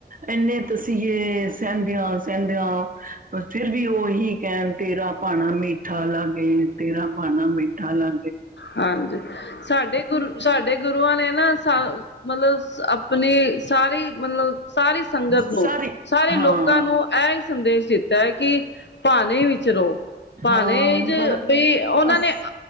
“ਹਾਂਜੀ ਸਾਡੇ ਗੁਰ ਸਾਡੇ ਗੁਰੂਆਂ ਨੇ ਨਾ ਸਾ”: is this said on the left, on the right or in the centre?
Left